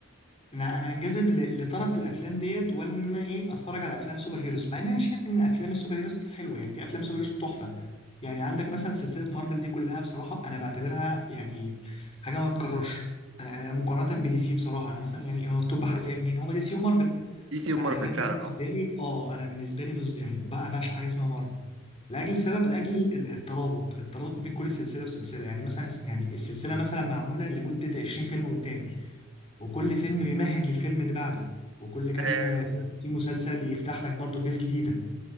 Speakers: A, on the left; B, on the right.
A: انا انا انجذب ل- لطرف الافلام ديت ولا ان انا ايه اتفرج على افلام سوبر هيروز مع ان انا شايف ان افلام السوبر هيروز حلوه يعني في افلام سوبر هيروز تحفه يعني عندك مثلا سلسله مارفل دي كلها بصراحه انا بعتبرها يعني حاجه ما تتكررش انا يعني انا مقارنه بدي سي بصراحه انا مثلا يعني هو التوب حاليا مين هو دي سي ومارفل
B: دي سي ومارفل
A: فانا حاليا بالنسبه
B: فعلا
A: لي اه انا بالنسبه لي بز... يعني بقى بعشق حاجه اسمها مارفل لاجل سبب لاجل ال- ال- الترابط الترابط ما بين كل سلسله وسلسله يعني مثلا يعني السلسله مثلا معموله لمده 20 فيلم قدام وكل فيلم بيمهد للفيلم اللي بعده وكل كام
B: أه
A: فيلم في مسلسل يفتح لك برضه فيس جديدة